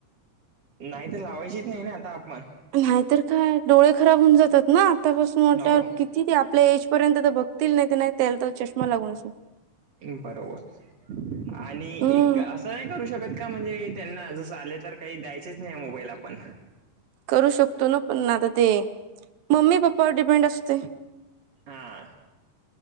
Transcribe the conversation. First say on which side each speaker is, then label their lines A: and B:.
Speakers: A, on the right; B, on the right.
A: नाही तर लावायचीच नाही ना, आता आपण.
B: नाहीतर काय, डोळे खराब होऊन जातात ना, आतापासून म्हटल्यावर
A: हो
B: कि तिथे आपल्या एजपर्यंत तर बघतील, नाही तर ते त्याला तर चष्मा लागून असं.
A: बरोबर आणि
B: हम्म
A: एक आसा. तय करू शकत का म्हणजे, त्यांना जसं आले तर काही द्यायचेच नाही मोबाईल आपण.
B: करू शकतो ना पण आता ते, मम्मी पप्पावर डिपेंड असतय.
A: आ..